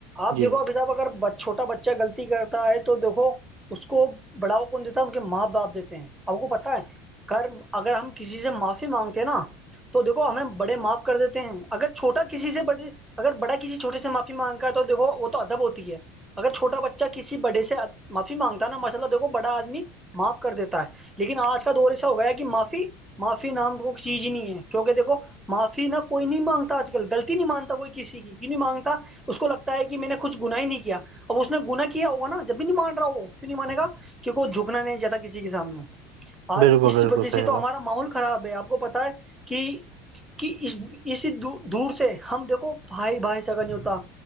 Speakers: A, in the centre; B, on the right.
A: آپ
B: جی
A: دیکھو ابھی صاحب اگر چھوٹا بچہ غلطی کرتا ہے تو دیکھو اس کو بڑاؤ کون دیتا ہے ان کے ماں باپ دیتے ہیں آپکو پتا ہے کرم اگر ہم کسی سے معاف مانگتے ہیں نا تو دیکھو ہمیں بڑے معاف کر دیتے ہیں اگر چھوٹا کسی سے بڑے اگر بڑا کسی چھوٹے سے معافی مانگتا ہے تو دیکو وہ تو ادب ہوتی ہے اگر چھوٹا بچہ کسی بڑے سے معافی مانگتا نا مشا اللہ دیکھو بڑا آدمی معاف کر دیتا ہے لیکن آج کا دور ایسا ہو گیا ہے کہ معافی معافی نام چیز ہی نہیں ہے کیونکہ دیکھو معافی نہ کوئی نہیں مانگتا آج کل غلتی نہیں مانتا کوئی کسی کی نہیں مانگتا اس کو لگتا ہے کہ میں نے کچھ گنا ہی نہیں کیا اب اس نے گنا کیا ہوگا نا جب بھی نہیں مان رہا وہ کیوں نہیں مانے گا کیونکہ جھکنا نہیں چاہتا کسی کے سامنے آج
B: بالکل
A: اس
B: بالکل
A: وجہ سے
B: صحیح ہوا
A: تو ہمارا ماحول خراب ہے آپ کو پتا ہے کہ کہ اس اسی دور سے ہم دیکھو بھائی بھائی سگا نہیں ہوتا